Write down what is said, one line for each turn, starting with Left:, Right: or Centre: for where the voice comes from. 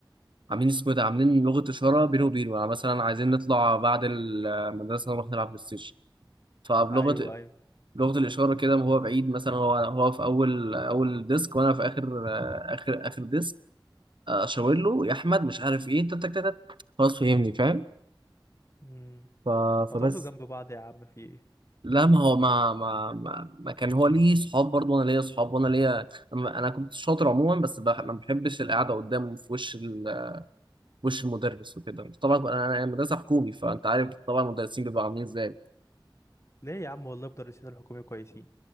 Right: عاملين اسمه إيه ده عاملين لغه اشاره بينه وبينه يعني مثلا عايزين نطلع بعد المدرسه نروح نلعب بلاي ستيشن فبلغه
Left: ايوه ايوه
Right: لغه الاشاره كده هو بعيد مثلا هو هو في اول اول ديسك وانا في اخر آه، اخر اخر ديسك اشاور له يا احمد مش عارف ايه تك تك تك تك. خلاص فهمني فاهم
Left: مم.
Right: ف... فبس
Left: ما تقعدوا جنب بعض يا عم في ايه
Right: لا ما هو ما ما ما, ما كان هو ليه صحاب برضه وانا ليا صحاب وانا ليا انا أنا كنت شاطر عموما بس بح... ما بحبش القعده قدام في وش ال... في وش المدرس وكده طبعا انا أنا مدرسه حكومي فانت عارف طبعا المدرسين بيبقوا عاملين ازاي
Left: ليه يا عم والله مدرسين الحكومي كويسين